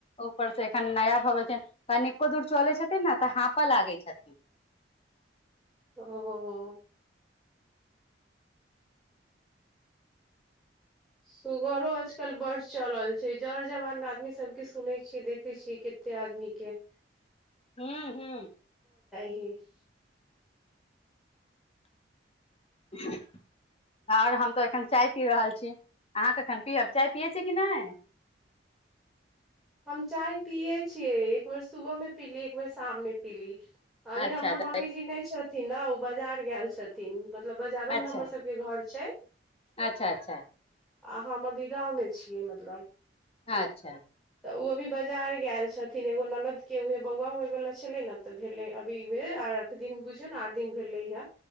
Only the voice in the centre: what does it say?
ओ सुगरो आजकल बड चलल छै जड़ जवान आदमी सबके सुनै छियै देखे छियै कते आदमी के
<unintelligible>
हम चाय पिये छियै एक बेर सुबह क पीली एक बेर शाम मे पीली अभी
हमर
मम्मी जी नै छथिन न ओ बाजार गेल छथिन मतलब बाजारो
मे हमर सबके घर छै
अहाँ मम्मी गाँवमे छियै मतलब
तऽ ओ अभी बजार गैल छथिन एगो ननद के उहे बौआ होइवला छलै न तऽ भेलै अभी उहे दिन बुझियौ न आठ दिन भेलैहा